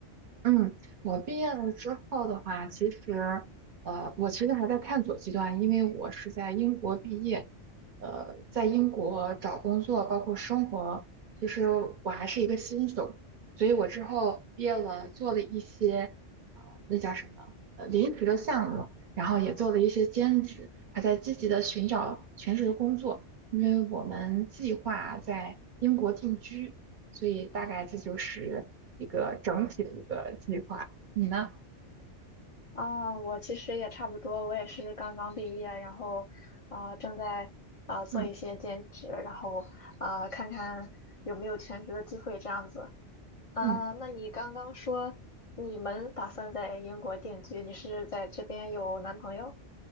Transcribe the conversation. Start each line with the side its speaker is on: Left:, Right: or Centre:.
Right: 嗯，我毕业了之后的话，其实，呃，我其实还在探索阶段，因为我是在英国毕业，呃，在英国找工作，包括生活，其实我还是一个新手，所以我之后毕业了，做了一些，呃，那叫什么，呃，临时的项目，然后也做了一些兼职，还在积极的寻找全职的工作，因为我们计划在英国定居。所以大概这就是一个整体的一个计划。你呢？
Left: 啊，我其实也差不多，我也是刚刚毕业，然后啊，正在啊做一些兼职，
Right: 嗯
Left: 然后啊看看有没有全职的机会这样子。啊，
Right: 嗯，
Left: 那你刚刚说你们打算在英国定居，你是在这边有男朋友